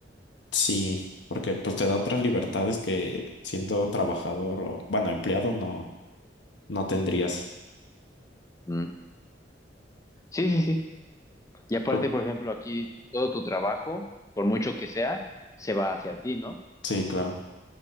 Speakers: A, on the left (about 80°); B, on the left (about 20°).
A: sí, porque pues te da otras libertades que siendo trabajador o, bueno, empleado no, no tendrías.
B: Mm. Sí, sí, sí. Y aparte,
A: Tú,
B: por ejemplo, aquí todo tu trabajo, por mucho que sea, se va hacia ti, ¿no?
A: sí, claro,